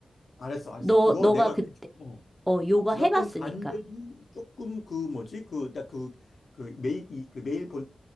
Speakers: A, on the left; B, in the centre.
A: 알았어, 알았어.
B: 너
A: 그거
B: 너가
A: 내가,
B: 그때
A: 그- 어.
B: 어 요가
A: 지난번
B: 해봤으니까.
A: 간데도 조금 그 뭐지 그나그그 메일 이, 그 메일 본